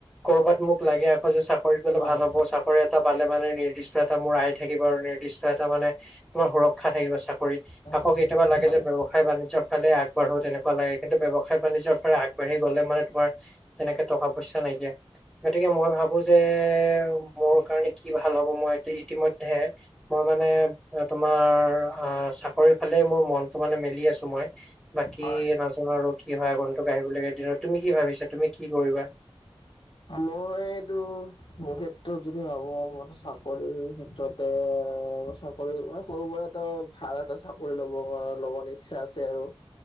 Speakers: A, in the centre; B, on the left.
A: কৰ'বাত মোক লাগে আকৌ যে চাকৰিত গলে
B: হয়
A: ভাল হ'ব চাকৰি এটা পালে মানে নিৰ্দিষ্ট এটা মোৰ আই থাকিব আৰু নিৰ্দিষ্ট এটা মানে তোমাৰ সুৰক্ষা থাকিব চাকৰিত।
B: অ
A: আকৌ কেতিয়াবা
B: হয়
A: লাগে
B: হয়
A: যে ব্যৱসায় বাণিজ্য ফালে আগবাঢ়ো তেনেকুৱা লাগে কিন্তু ব্যৱসায় বাণিজৰ ফালে আগবাঢ়ি গ'লে মানে তোমাৰ তেনেকে টকা পইচা নাইকিয়া। গতিকে মই ভাবো যে মোৰ কাৰণে কি ভাল হ'ব মই এইটো ইতি ম্য ধ্যে মই মানে এ তোমাৰ আ', চাকৰি ফালেই মোৰ মনটো মানে মেলি আছো মই বাকি
B: হয়
A: নাজ ত আৰু কি হয় আগন্তুক আহিব লগা দিনত তুমি কি ভাবিছা তুমি কি কৰিবা
B: মইটো মোৰ ক্ষেত্ৰত যদি ভাবো মই ত চাকৰি ক্ষেত্ৰতে সৰু পৰা সৰু পৰাতো ভাল এটা চাকৰি লব ল'ব ইচ্ছা আছে আৰু